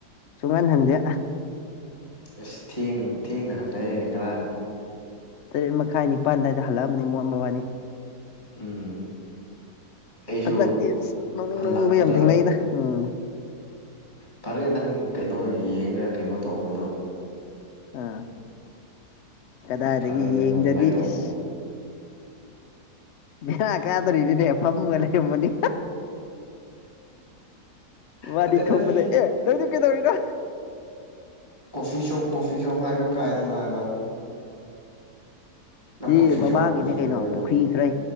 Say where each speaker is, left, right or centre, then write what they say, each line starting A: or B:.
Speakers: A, on the left; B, on the left.
A: ꯁꯨꯡꯍꯜꯍꯟꯗꯦ
B: ꯑꯁ ꯊꯦꯡ ꯊꯦꯡꯅꯍꯅꯩꯌꯦ ꯉꯔꯥꯡ
A: ꯇꯔꯦꯠ ꯃꯈꯥꯏ ꯅꯤꯄꯥꯟ ꯑꯗꯨꯋꯥꯏꯗ ꯍꯜꯂꯛꯑꯕꯅꯦ ꯃꯣꯠ ꯃꯕꯥꯅꯤ
B: ꯎꯝ ꯑꯩꯁꯨ
A: ꯍꯟꯗꯛꯇꯤ ꯅ ꯂꯧꯅꯤꯡ
B: ꯍꯜꯂꯛꯄꯗ
A: ꯅꯣꯛꯅꯤꯡꯕ ꯌꯥꯝ ꯊꯦꯡꯅꯩꯗ ꯎꯝ
B: ꯐꯔꯦ ꯅꯪ ꯀꯩꯅꯣ ꯌꯦꯡ ꯀꯩꯅꯣ ꯇꯧꯕꯗꯣ
A: ꯑꯥ ꯀꯗꯥꯏꯗꯒꯤ
B: ꯐꯔꯦ ꯅꯪ
A: ꯌꯦꯡꯗ꯭ꯔꯗꯤ
B: ꯑꯗꯨꯃꯥꯏꯅ ꯇꯧꯕꯗꯣ
A: ꯏꯁ ꯕꯤꯔꯥ ꯀꯥꯗꯔꯤꯗꯤꯅꯦ ꯐꯝꯒ ꯂꯩꯔꯝꯃꯅꯤ ꯃꯥꯗꯤ
B: ꯅꯠꯇꯦ ꯅꯪ
A: ꯊꯣꯛꯄꯗ ꯑꯦ ꯅꯧꯗꯤ ꯀꯩꯗꯧꯔꯤꯅꯣ
B: ꯀꯣꯐꯤ ꯁꯣꯞ ꯀꯣꯐꯤ ꯁꯣꯞ ꯍꯥꯏꯗꯣ ꯀꯥꯏꯗꯅꯣ ꯍꯥꯏꯕ ꯅꯪ
A: ꯁꯤ
B: ꯀꯣꯐꯤ
A: ꯃꯃꯥꯡꯒꯤꯅꯦ
B: ꯁꯣꯞ ꯀꯣꯐꯤ ꯁꯣꯞ
A: ꯀꯩꯅꯣ
B: ꯍꯥꯏꯗꯣ
A: ꯄꯨꯈ꯭ꯔꯤ ꯈꯔ